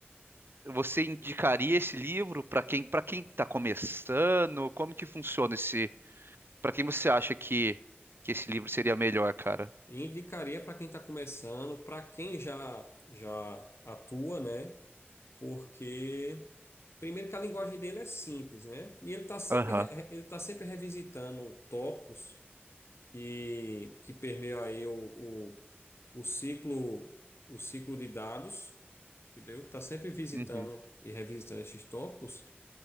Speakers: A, on the right; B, on the left.
A: Você indicaria esse livro para quem para quem está começando? Como que funciona esse? Para quem você acha que, que esse livro seria melhor, cara?
B: E indicaria para quem está começando, para quem já, já atua, né? Porque, primeiro, que a linguagem dele é simples, né? E ele está sempre,
A: Aham.
B: re- ele tá sempre revisitando tópicos que, que permeia aí o, o, o ciclo, o ciclo de dados, entendeu? Que está sempre visitando
A: Uhum.
B: e revisitando esses tópicos.